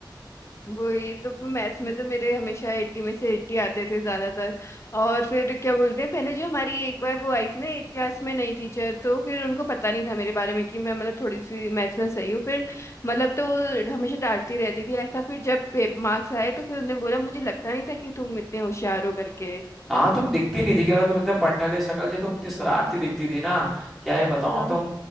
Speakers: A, on the left (about 35°); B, in the centre.
A: वही तो फिर मैथ्स में तो मेरे हमेशा एट्टी में से एट्टी आते थे ज्यादातर और फिर क्या बोलते हैं पहले जो हमारी एक बार वो आई थी ना एक क्लास में नई टीचर तो फिर उनको पता नहीं था मेरे बारे में कि मैं मतलब थोड़ी सी मैथ्स में सही हूँ फिर मतलब तो वो हमेशा डांटती रहती थी ऐसा फिर जब मार्क्स आए तो फिर उन्होंने बोला मुझे लगता नहीं था कि तुम इतने होशियार हो करके
B: हाँ तुम दिखती नहीं थी कि अगर तुम इतना पढ़ने वाले शक्ल से तुम इतनी शरारती दिखती थी ना क्या ये बताऊँ
A: हाँ
B: अब तुम